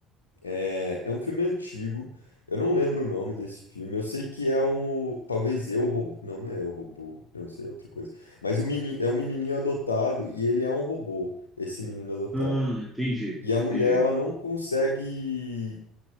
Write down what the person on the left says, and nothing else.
É, é um filme antigo. Eu não lembro o nome desse filme. Eu sei que é um. Talvez eu robô. Não, não é eu robô. Não, isso aí é outra coisa. Mas o meni... é um menininho adotado e ele é um robô, esse menino adotado.
E a mulher,
ela não consegue